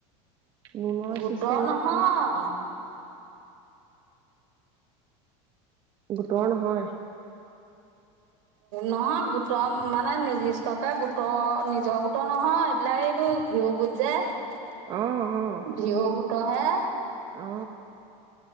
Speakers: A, on the right (about 30°); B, on the right (about 70°).
A: লোনৰ
B: গোটৰ
A: চিষ্টেমহে
B: নহয।
A: চাগে। গোটৰ নহয়।
B: নহয় গোটৰ মানে নিৰ্দিষ্টকে গোটৰ নিজৰ গোটৰ নহয় এইবিলাক এইবোৰ ভিও গোট যে।
A: অ', অ',
B: ভিও গোটৰ হে।
A: অ।